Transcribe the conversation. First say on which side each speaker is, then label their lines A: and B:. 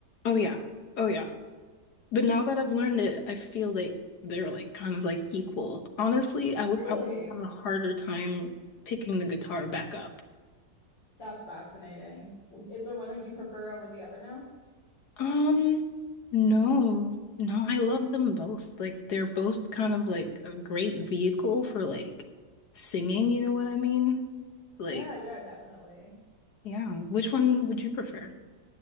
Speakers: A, on the left (about 65°); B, on the left (about 85°).
A: Oh yeah. Oh yeah. But now that I've learned it, I feel like they're like kind of like equal. Honestly, I would
B: Really?
A: probably have a harder time picking the guitar back up.
B: That's fascinating. Is there one that you prefer over the other now?
A: Um, no, no, I love them both. Like they're both kind of like a great vehicle for like singing, you know what I mean? Like,
B: Yeah, yeah, definitely.
A: yeah, which one would you prefer?